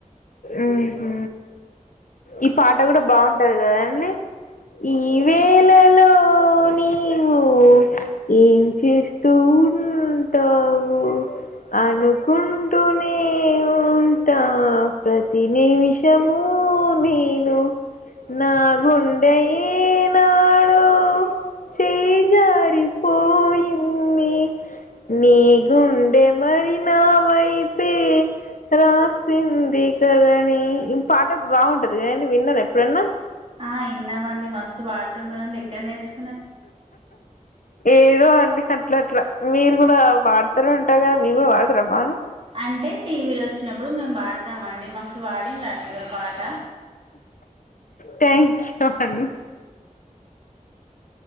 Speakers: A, on the left; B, on the right.
A: ఉహు ఈ పాట కూడా బాగుంటది కదా అండి ఈవేళలో నీవు ఏం చేస్తూ ఉంటావు అను కుంటనే ఉంటా ప్రతి నిమిషముూ నేను నా గుండె ఏనాడు చేయి జారిపోయింది నీ గుండే మరి నా వైపే రాసింది తలని ఈ పాట బాగుంటది కదా అండి విన్నారా ఎప్పుడన్నా
B: ఆ ఇన్నామండి మస్తు పాడుతున్నారండి ఎక్కడ నేర్చుకు
A: ఏదో అండి అ ఇట్లా అట్లా మీరు కూడా పాడతారంట కదా మీరు కూడా పాడతారా బానే
B: అంటే టీవీలో వచ్చినప్పుడు మేము పడుతామ అండి మస్తు పాడిలు అండి మీరు పాట
A: థ్యాంక్యూ అండ్